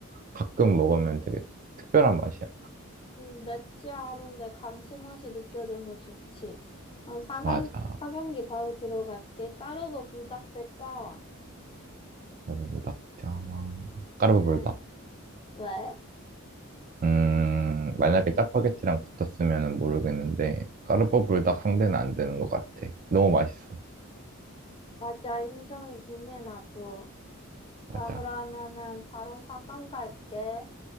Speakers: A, on the right (about 40°); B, on the left (about 25°).
A: 가끔 먹으면 되게 특별한 맛이야.
B: 음, 맵지 않은데 감칠맛이 느껴져서 좋지. 음, 사강,
A: 맞아.
B: 사경기 바로 들어갈게. 까르보 불닭대 짜왕.
A: 까르보불닭, 장황. 까르보불닭.
B: 응, 왜?
A: 음, 만약에 짜파게티랑 붙었으면 모르겠는데, 까르보불닭 상대는 안 되는 것 같아. 너무 맛있어.
B: 맞아, 인정이긴 해, 나도.
A: 맞아.
B: 자, 그러면은 바로 사강 갈게.